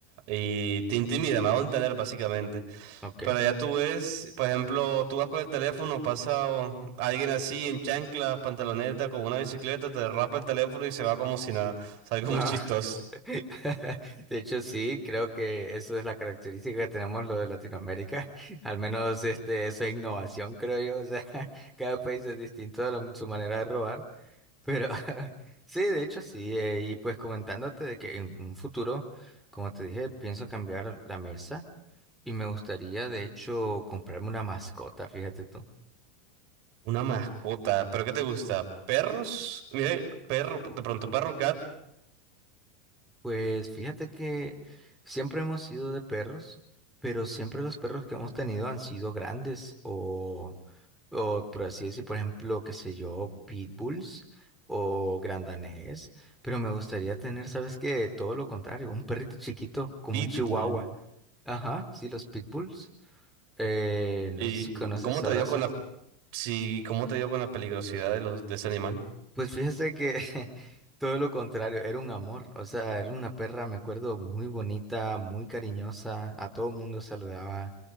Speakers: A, on the right; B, in the centre.
A: y te intimida, me hago entender básicamente.
B: Ok.
A: Pero ya tú ves, por ejemplo, tú vas con el teléfono, pasa o- alguien así en chanclas, pantaloneta, con una bicicleta, te derrapa el teléfono y se va como si nada. <laughs> Es algo
B: Wow.
A: muy chistoso.
B: <laughs> De hecho, sí, creo que eso es la característica que tenemos lo de Latinoamérica. <laughs> Al menos este, eso es innovación, creo yo. O sea, <laughs> cada país es distinto de la- su manera de robar. Pero <laughs> sí, de hecho, sí. eh, y pues comentándote de que en un futuro, como te dije, pienso cambiar la mesa y me gustaría, de hecho, comprarme una mascota, fíjate tú.
A: Una mascota, ¿pero qué te gusta? ¿Perros? Mira, perro, de pronto perro, gat,
B: Pues fíjate que siempre hemos sido de perros, pero siempre los perros que hemos tenido han sido grandes o, o por así decir, por ejemplo, qué sé yo, pitbulls o grandanés, pero me gustaría tener, ¿sabes qué? Todo lo contrario, un perrito chiquito como
A: pitbull.
B: un chihuahua. Ajá, sí, los pitbulls. Eh, no
A: ¿Y
B: sé si conoces
A: cómo
B: esa
A: te
B: raza.
A: dio con la, sí, cómo te dio con la peligrosidad de los de ese animal?
B: Pues fíjese que <laughs> todo lo contrario, era un amor, o sea, era una perra, me acuerdo, muy bonita, muy cariñosa, a todo mundo saludaba,